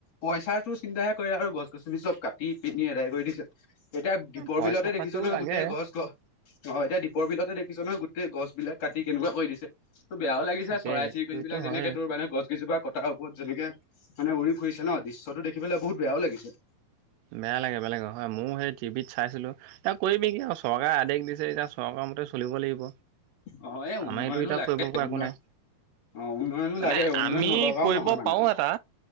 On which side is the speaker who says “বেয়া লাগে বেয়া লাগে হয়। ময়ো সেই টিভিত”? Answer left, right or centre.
Right